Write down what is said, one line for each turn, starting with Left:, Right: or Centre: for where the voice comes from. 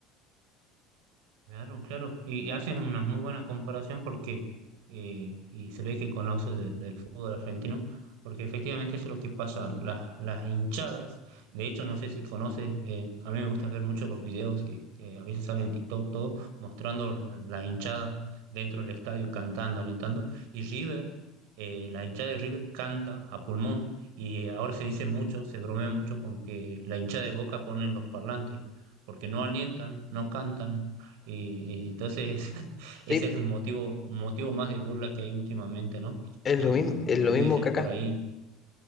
Right: Claro, claro. Y, y haces una muy buena comparación porque, eh, y se ve que conoces de- del fútbol argentino, porque efectivamente eso es lo que pasa, las, las hinchadas. De hecho, no sé si conoces, eh, a mí me gusta ver mucho los videos que, que a veces salen en TikTok, todo, mostrando la, la hinchada dentro del estadio, cantando, alentando. Y River, eh, la hinchada de River canta a pulmón y ahora se dice mucho, se bromea mucho con que la hinchada de Boca pone en los parlantes porque no alientan, no cantan, y, y entonces <laughs>
Left: Sí,
Right: ese es un motivo, un motivo más de burla que hay últimamente, ¿no?
Left: es
Right: Y
Left: lo mismo,
Right: como
Left: es lo
Right: tú
Left: mismo
Right: dices
Left: que
Right: por
Left: acá,
Right: ahí,